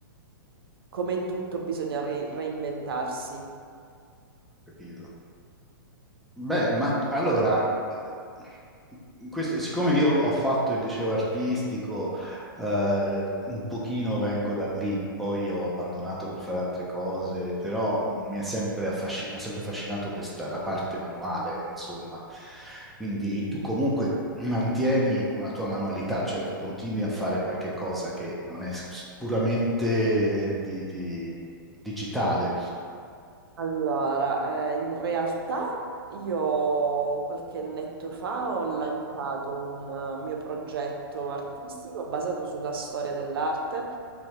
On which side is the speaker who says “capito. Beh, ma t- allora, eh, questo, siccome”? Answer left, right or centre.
Centre